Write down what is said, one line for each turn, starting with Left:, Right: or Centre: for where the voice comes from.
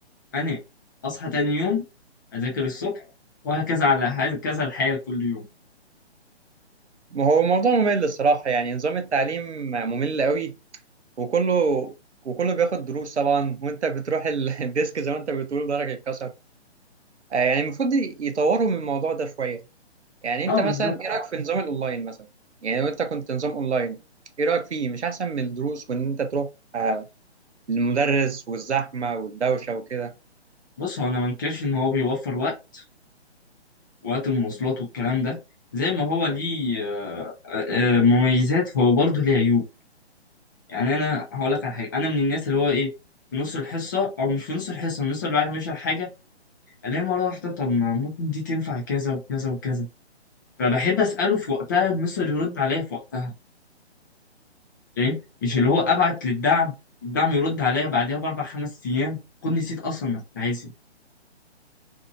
Left: أنام أصحى تاني يوم أذاكر الصبح وهكذا على حال- كذا الحال كل يوم
Right: ما هو موضوع ممل الصراحة يعني نظام التعليم ممل قوي وكله وكله بياخد دروس طبعا وأنت بتروح ال- <laughs> الديسك زي ما أنت بتقول ضهرك اتكسر آه، يعني المفروض يطوروا من الموضوع ده شوية يعني انت
Left: أه
Right: مثلا
Left: بالظبط
Right: ايه رايك في نظام الاونلاين مثلا يعني لو انت كنت نظام اونلاين ايه رايك فيه مش احسن من الدروس وان انت تروح آه، للمدرس والزحمه والدوشه وكده
Left: بص هو أنا ما انكرش إن هو بيوفر وقت وقت المواصلات والكلام ده زي ما هو ليه آه، آه، آه، مميزات فهو برضه ليه عيوب يعني أنا هقول لك على حاجة أنا من الناس اللي هو إيه في نص الحصة أو مش في نص الحصة الناس اللي بعد ما يشرح حاجة ألاقي مرة واحدة طب ما ممكن دي تنفع كذا وكذا وكذا فبحب أسأله في وقتها المستر يرد عليا في وقتها فاهم مش اللي هو ابعت للدعم الدعم يرد عليا بعدها باربع خمس ايام كنت نسيت اصلا انا كنت عايز إيه.